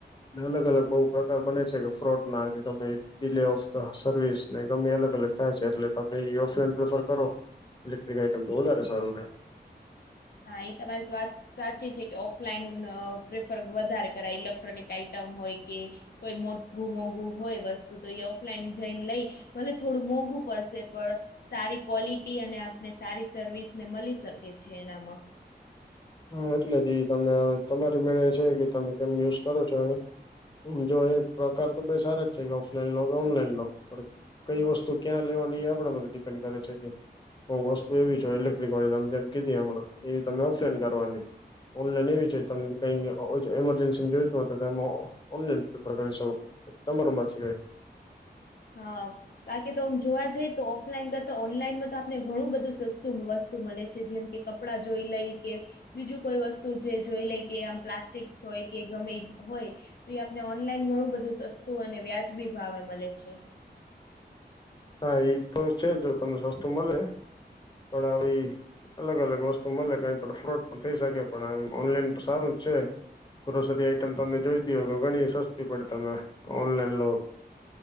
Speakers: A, on the left; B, on the left.
A: અલગ અલગ બહુ પ્રકાર બને છે કે ફ્રોડ ના કે ગમે ડીલે ઓફ ધ સર્વિસ ને ગમે અલગ અલગ. થાય છે એટલે તમે એ ઓફલાઈન પ્રેફર કરો. ઇક્ટ્રિક આઇટમ તો વધારે સારે.
B: હા એ તમારી સ્વાત. સાચી છે કે ઓફલાઈન પ્રેફર વધારે કરાય ઇલેક્ટ્રોનિક આઈટમ હોય કે. કોઈ મોઘું મોઘું હોય વસ્તુ તો એ ઓફલાઈન જઈને લઈ. ભલે થોડું મોંઘું પડશે પણ. સારી ક્વોલિટી અને આપને સારી સર્વિસને મળી શકે છે એનામાં.
A: હા એટલે જ તનેવે તમારી મેળે છે કે તમે કેમ યુઝ કરો છો એ. જો એ પ્રકાર તો ભ સારા જ છે કે ઓફલાઈન લો કે ઓનલાઈન લો. કઈ વસ્તુ ક્યાં લેવાની એ આપડા મ ડિપેન્ડ કરે છે કે. હ વસ્તુ એવી છેય ઇલેક્ટ્રિક વાળી ત જેમ કીધી હમણાં એવીમે ઓફલાઈન કરવાની. ઓલા નહી વિચાર્યું તમને કઈ એમરજન્સી જોઈતું હો હત તો એ. ઓનલાઈન પ્રફર કરી શકો તમારો માંથી હોય.
B: હા બાકી તો હમ જોવા જઈ તો ઓફલાઈન કરતા ઓનલાઈનમાં તો આપને ઘણું બધું સસ્તું વસ્તુ. વસ્તુ મળે છે જેમ કે કપડાં જોઈ લઈ કે. બીજું કોઈ વસ્તુ જે જોઈ લે કે આમ પ્લાસ્ટિક્સ હોય કે ગમે હોય. તો એ આપને ઓનલાઈન ઘણું બધું સસ્તું અને વ્યાજબી ભાવે મળે છે.
A: હા એજ તો છે જો તમને સસ્તું મળે પણ આવી. અલગ અલગ વસ્તુ મળે કઈ પણ ફ્રોડ પણ થઈ શકે પણ આ ઓનલાઈન પણ સારુંજ છે. ગ્રોસરી આઈટમ તમને જોઈતી હોય તો ઘણી સસ્તી પડે તમે ઓનલાઈન લો.